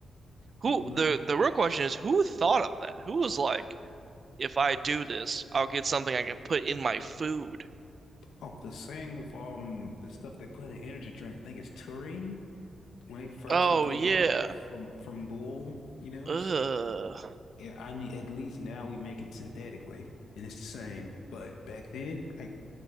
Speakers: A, on the right; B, on the left.
A: Who
B: hmm
A: the the real question is who thought of that? Who was like, if I do this, I'll get something I can put in my food.
B: Oh, the same with um the stuff they put in energy drinks. I think it's taurine. When they first
A: Oh
B: were getting
A: yeah.
B: that from from Bull, you know.
A: Ugh.
B: Yeah, I need at least now we make it synthetically and it's the same. But back then, like